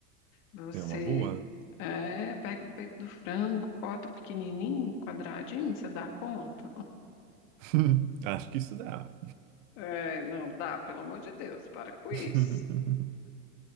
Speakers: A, on the left (about 50°); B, on the right (about 60°).
A: Você
B: É uma boa.
A: é, pega o peito do frango, corta pequenininho, quadradinho, você dá conta?
B: <laughs> Acho que isso dá.
A: É, não, dá, pelo amor de Deus, para com
B: <laughs>
A: isso.